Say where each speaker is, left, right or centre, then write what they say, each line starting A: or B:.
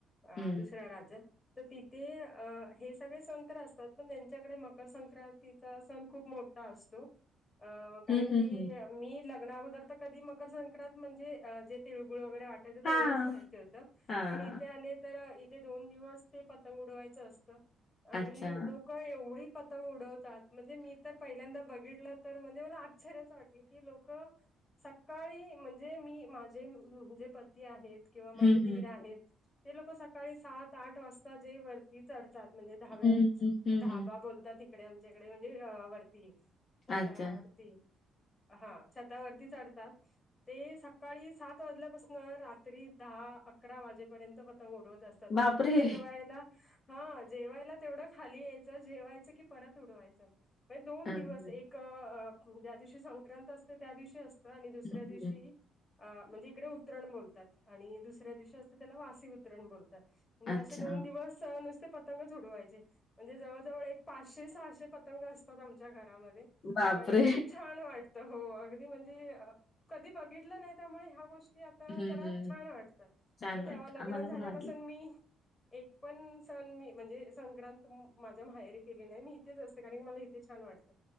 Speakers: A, on the left (about 25°); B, on the left (about 50°).
A: अ,
B: हं.
A: दुसऱ्या राज्यत तर, तिथे अ हे सगळे सन तर असतात, पण त्यांच्याकडे मकर संक्रांत तिचा, सण खूप मोठा असतो, कारण
B: हं, हं,
A: की
B: हं.
A: मी, लग्नाअगोदर कधी, मकर संंक्रांत म्हणजे जे तिळगुळ वगैरे वाटत
B: हां,
A: तेवढंच माहिती होतं,
B: हां.
A: पण इथे आले तर, इथे दोन दिवस ते, पतंग उडवायचं असतं
B: अच्छा.
A: आणि लोक एवढी पतंग उडवतात, म्हणजे मी तर, पहिल्यांदा बघितलं. तर, म्हणजे मला, आश्चर्याचं वाटलं की, लोक सकाळी, म्हणजे मी माझे जे पती आहेत. किंवा, माझे
B: हं, हं.
A: दीर आहेत, ते लोक सकाळी सात, आठ वाजता जे वरती चड तात, म्हणजे धाबा,
B: हं, हं, हं,
A: धाबा
B: हं.
A: बोलतात इकडे आमच्याकडे, म्हणजे वरती छतावरती,
B: अच्छा.
A: हा छतावरती चढतात. ते सकाळी सात, वाजल्यापासून रात्री दहा, अकरा, वाजेपर्यंत ब पतंग उडवत असतात.
B: बापरे!
A: फक्त जेवायला हा, जेवायला तेवढं खालीयच जेवायच कि, परत उडवायच दोन
B: अच्छा.
A: दिवस ज्या दिवशी, संक्रांत असत त्या दिवशी असतं, आणि दुसऱ्या
B: हं,
A: दिवशी अ म्हणजे, इकडे उतरण बोलतात, आणि दुसऱ्या दिवशी असं त्याला वासी उतरण बोलतात. म्हणजे
B: अच्छा.
A: असे दोन दिवस नुसते पतंग च उडवायचे म्हणजे जवळ जवळ एक पाचशे साहशे पतंग असतात आमच्या घरामध्ये
B: बापरे!
A: आणि खूप छान वाटत हो अगदी म्हणजे कधी बघितलं नाही त्यामुळे ह्या गोष्टी त्यारा
B: हं, हं.
A: छान वाटत
B: छान
A: मग
B: वाटलं.
A: तेव्हा लग्न
B: आम्हाला
A: झाल्यापासून
B: पण वाटलं.
A: मी एक पण सण मी म्हणजे संक्रांत माझ्या माहेरी केली नाही मी ेच असते कारण की मला इथे छान वाटतं